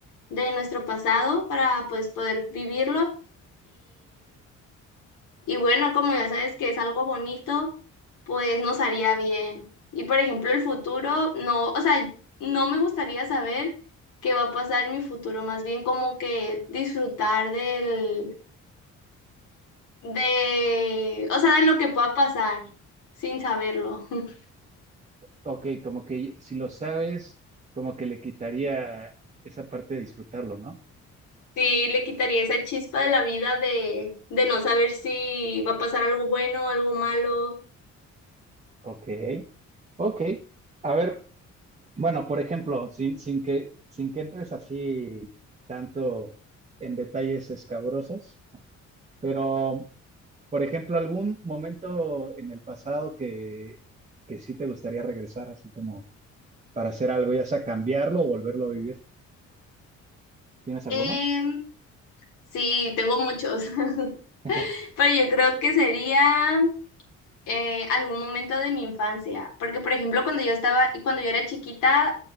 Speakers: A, on the left (about 80°); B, on the right (about 25°).
A: de nuestro pasado para pues poder vivirlo y bueno, como ya sabes que es algo bonito, pues nos haría bien. Y por ejemplo, el futuro, no, o sea, no me gustaría saber qué va a pasar en mi futuro, más bien como que disfrutar del, de, o sea, de lo que pueda pasar sin saberlo. <laughs>
B: ok, como que si lo sabes, como que le quitaría esa parte de disfrutarlo, ¿no?
A: Sí, le quitaría esa chispa de la vida de, de no saber si va a pasar algo bueno, algo malo.
B: Ok, ok. A ver, bueno, por ejemplo, sin, sin que, sin que entres así tanto en detalles escabrosos, Pero, por ejemplo, algún momento en el pasado que, que sí te gustaría regresar, así como para hacer algo, ya sea cambiarlo o volverlo a vivir. ¿Tienes
A: Em,
B: alguno?
A: sí, tengo muchos, <laughs>
B: <laughs>
A: pero yo creo que sería... eh, algún momento de mi infancia, porque por ejemplo cuando yo estaba, cuando yo era chiquita,